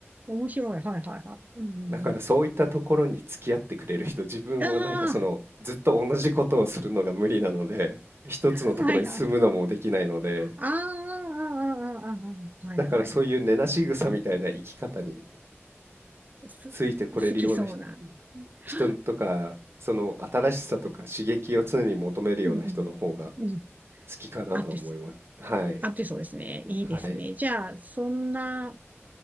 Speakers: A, on the right; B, on the right.
A: ー面白い。はいはいはい。うんうんうん。
B: だからそういったところに付き合ってくれる人、<laughs> 自分はなんかそのずっと同じことをするのが無理なので、
A: あ
B: 一つのところに住むのもできないので、
A: あー、はいはい。ああ、ああ、ああ、ああ、はいはいはいうんうんあはいはいああああああああはいは
B: だからそういう根なし草みたいな生き方に
A: いす、
B: ついてこれるような人
A: 好きそうな。は
B: 人とか、
A: あ
B: その新しさとか刺激を常に求めるような人の方が
A: うんうん。うん。
B: 好きかなとは思います。
A: あって、
B: はい。
A: あ、で、そうですね。いいですね。
B: はい。
A: じゃあ、そんな